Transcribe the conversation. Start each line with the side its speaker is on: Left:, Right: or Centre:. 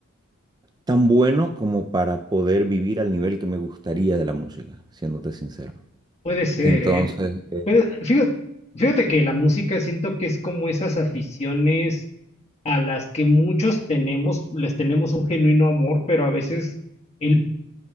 Right: tan bueno como para poder vivir al nivel que me gustaría de la música, siéndote sincero.
Left: puede ser,
Right: Entonces,
Left: ¿eh?
Right: eh,
Left: Pues, fíjate, fíjate que la música siento que es como esas aficiones a las que muchos tenemos, les tenemos un genuino amor, pero a veces el